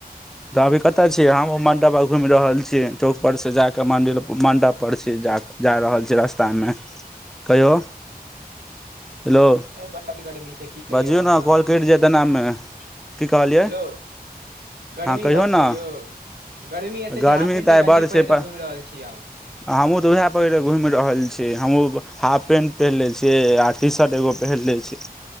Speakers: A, in the centre; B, on the right (about 85°).
A: तऽ अभी कत छियै
B: हँ
A: हमउ मंड घुमि रहल छियै चौक पर से जाके मंडिर मंडप पर छी जा रहल छी रस्ता मे कहियो हेलो
B: बड्ड गर्मी छै की कहियौ
A: बजियौ
B: हम
A: ने
B: अहाँकेँ
A: कॉल कटि
B: हेलो,
A: जायत एनामे की कहलियै
B: गर्मी
A: हँ कहियौ
B: बड़
A: ने
B: छै यौ गर्मी एतय
A: गर्मी
B: छै, आब पहिट
A: तऽ आइ
B: गञजी
A: बड़
B: पहिढ़
A: छै पर
B: कऽ घुमि रहल छी हम,
A: हमहूँ तऽ उएह पहिरे घुम रहल छियै हमूँ हाफ पेंट पहिरले छियै आ टी शर्ट एगो पहिन ले छी